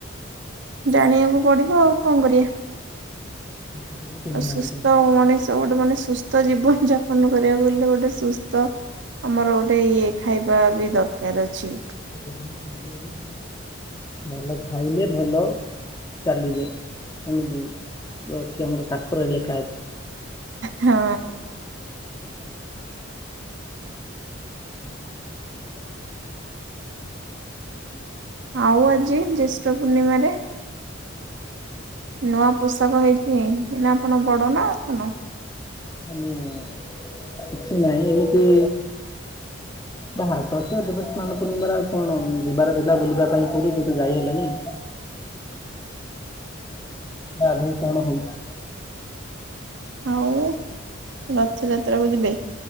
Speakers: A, on the right; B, on the left.
A: ଜାଣିବାକୁ ପଡିବ, ଆଉ କଣ କରିଆ?
B: କାହାକୁ ଚିହ୍ନୁ
A: ଆଉ ସୁସ୍ଥ
B: ନାହାନ୍ତି।
A: ମଣିଷ ଗୋଟେ ମାନେ ସୁସ୍ଥ ଜୀବନ ଯାପନ କରିବାକୁ ଗଲେ, ଗୋଟେ ସୁସ୍ଥ ଆମର ଗୋଟେ ଇଏ ଖାଇବା ବି ଦରକାର ଅଛି।
B: <unintelligible> ଭଲ ଖାଇଲେ ଭଲ। ଚାଲିବେ। ଏମିତି ଯୋଉ ଅଛି ଆମର ଶାସ୍ତ୍ରରେ, ଲେଖା ଅଛି।
A: ହଁ।
B: ହୁଁ। ହୁଁ।
A: ଆଉ ଆଜି ଜ୍ୟେଷ୍ଠ ପୂର୍ଣ୍ଣିମାରେ ନୂଆ ପୋଷାକ ହେଇଛି, ନା ଆପଣ ବଡ ନା ଆ ସାନ।
B: ମାନେ, କିଛି ନାହିଁ, ଏମିତି
A: <inaudible>
B: ବାହାର, ଗତ ଦେବସ୍ନାନ ପୂର୍ଣ୍ଣିମାରେ ଆଉ କଣ ଯିବାର ଥିଲା ବୁଲିବା ପାଇଁ କୋଉଠି କିନ୍ତୁ ଯାଇ ହେଲାନି। ଇ ଇଆ ଆଗକୁ କଣ ହଉଚି।
A: ଆଉ ରଥଯାତ୍ରାକୁ ଯିବେ,